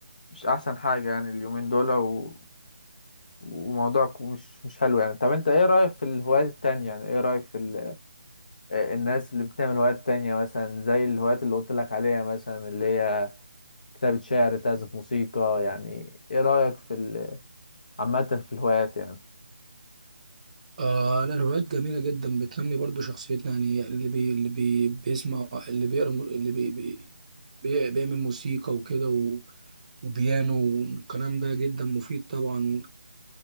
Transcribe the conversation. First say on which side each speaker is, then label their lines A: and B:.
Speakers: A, on the left; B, on the right.
A: مش احسن حاجه يعني اليومين دول و... وموضوع ك- مش مش حلو يعني طب انت ايه رايك في الهوايات التانية يعني ايه رايك في ال... آه، الناس اللي بتعمل هوايات تانية مثلا زي الهوايات اللي قلت لك عليها مثلا اللي هي كتابة شعر تعزف موسيقى يعني ايه رأيك في ال- عامة في الهوايات يعني
B: آه لا الروايات جميله جدا بتنمي برضو شخصيتنا يعني اللي بي اللي بي بيسمع اللي بيقرا اللي بي بي بي- بيعمل موسيقى وكده و- وبيانو والكلام ده جدا مفيد طبعا